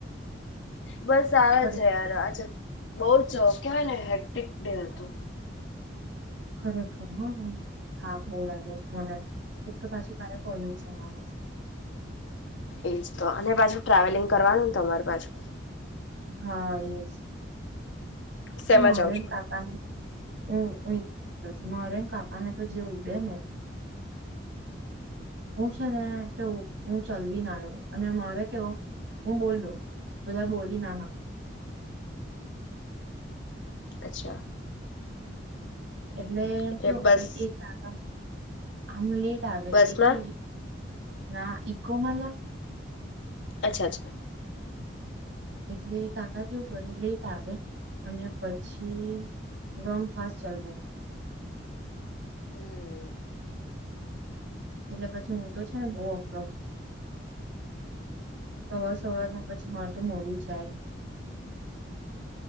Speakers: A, on the left; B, on the right.
A: બસ સારા
B: ખરે
A: છે યાર આજે. બઉ જ કવાય ને હેપ્ટિક ડે હતું.
B: ખરેખર હ થા બહુ લાગે છે મને એક તો પાછું તારે કોલેજ જવાનું છે.
A: એજ તો અને પાછું ટ્રાવેલિંગ કરવાનુંને તમારે પાછું
B: હા એજ
A: શેમાં
B: તો મળે
A: જાવ છો
B: ને કાકાને હું હું ઈછ છ મારે કાકાને તો જે ઉડે ને હું છે ને કે હું ચલવી ના લઉં અને મારે કેવો હું બોલ દઉ બધા બોલવી ના હકે.
A: અચ્છા
B: એટલે એમ
A: એટલે
B: કે
A: બસ
B: એ સારા આમલી આવે
A: બસમાં
B: એ કે હા ઇકો માલા
A: અચ્છા અચ્છા.
B: એટલે કાકા કેવું કરે લેટ આવે અને પછી રોંગ ફાસ્ટ ચાલવે
A: હમ્મ.
B: એટલે પછી હું તો છે ને બહુ અખરાઉ. સવાર સવારમાં પછી માર તો મોડું જાય.